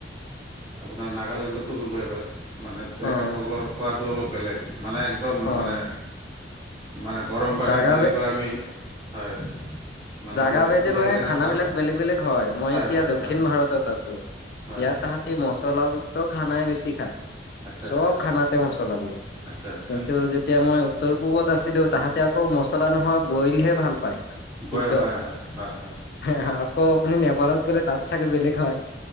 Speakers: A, on the right; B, on the left.
A: আপোনাৰ নাগালেণ্ডতো গ'লোঁ এবাৰ মানে
B: অ',
A: তেখেতসকলৰ খোৱাটো অলপ বেলেগ মানে একদম
B: অ',
A: মানে মানে গৰম পানীত
B: জাগা
A: তেনেকুৱা আমি হয়। মানে
B: জাগা
A: অলপ
B: ভেদে
A: উতলাই
B: মানে
A: কেনে
B: খানাবিলাক
A: খাওঁ
B: বেলেগ বেলেগ হয়, মই এতিয়া
A: হয়
B: দক্ষিণ
A: হয়
B: ভাৰতত আছো।
A: হয়
B: ইয়াত তাহাতি মছলা যু ত খানাই বেছি খায়,
A: আচ্ছা
B: চব
A: আচ্ছা
B: খানাতে মচলা দিওঁ
A: আচ্ছা আচ্ছা
B: কিন্তু যেতিয়া মই উত্তৰ পূৱত আছিলো তাহাঁতে আকৌ মছলা নোহোৱা বইলহে ভাল পায়,
A: বয়
B: সিদ্ধ
A: হয় হয় হয় হয়
B: হে হে আকৌ আপুনি নেপালত গলে তাত চাগে বেলেগ হয়।